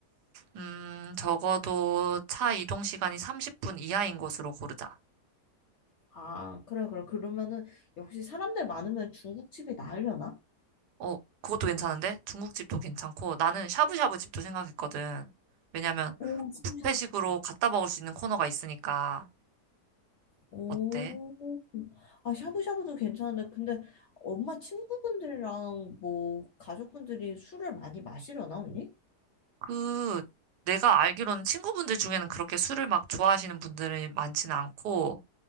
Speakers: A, on the right (about 75°); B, on the left (about 60°).
A: 음, 적어도 차 이동 시간이 30분 이하인 곳으로 고르자.
B: 아, 그래, 그래. 그러면은 역시 사람들 많으면 중국집이 나으려나?
A: 어, 그것도 괜찮은데? 중국집도 괜찮고, 나는 샤브샤브 집도 생각했거든. 왜냐면,
B: 오, 샤브샤브
A: 뷔페식으로
B: 좋다.
A: 갖다 먹을 수 있는 코너가 있으니까,
B: 오,
A: 어때?
B: 아, 샤브샤브도 괜찮은데, 근데 엄마 친구분들이랑 뭐, 가족분들이 술을 많이 마시려나, 언니?
A: 그, 내가 알기로는 친구분들 중에는 그렇게 술을 막 좋아하시는 분들이 많지는 않고,